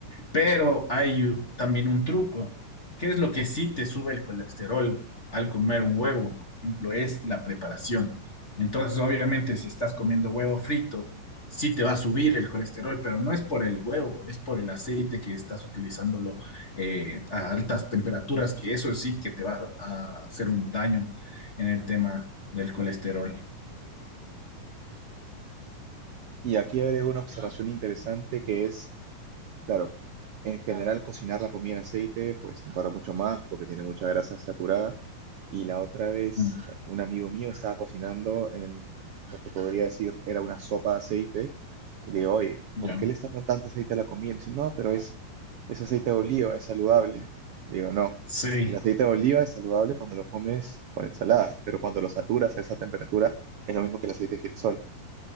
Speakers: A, on the left; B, on the right.
A: Pero hay también un truco. ¿Qué es lo que sí te sube el colesterol al comer un huevo? Por ejemplo, es la preparación. Entonces, obviamente, si estás comiendo huevo frito, sí te va a subir el colesterol, pero no es por el huevo, es por el aceite que estás utilizándolo eh, a altas temperaturas, que eso sí que te va a hacer un daño en el tema del colesterol.
B: Y aquí agrego una observación interesante que es Claro, en general cocinar la comida en aceite pues engorda mucho más porque tiene mucha grasa saturada. Y la otra vez
A: Mm,
B: eh, un amigo mío estaba cocinando en lo que podría decir era una sopa de aceite y le digo, oye,
A: Ya.
B: ¿por qué le estás poniendo tanto aceite a la comida? Y me dice, no, pero es, es aceite de oliva, es saludable. Le digo, no,
A: Sí,
B: el aceite de oliva es saludable cuando lo comes con ensalada, pero cuando lo saturas a esa temperatura es lo mismo que el aceite de girasol.